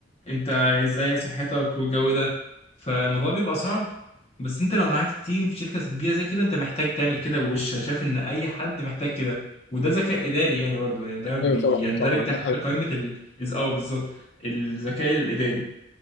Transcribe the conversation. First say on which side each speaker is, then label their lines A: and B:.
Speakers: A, on the left; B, on the left.
A: انت ازاي صحتك والجو ده فالموضوع بيبقى صعب بس انت لو معاك تيم في شركة كبيرة زي كده انت محتاج تعمل كده وش انا شايف ان اي حد محتاج كده وده ذكاء اداري يعني برضو يعني ده بيندرج
B: ايوه طبعا طبعا
A: تحت
B: ده حقيقي
A: قائمة ال إز- اه بالظبط الذكاء الاداري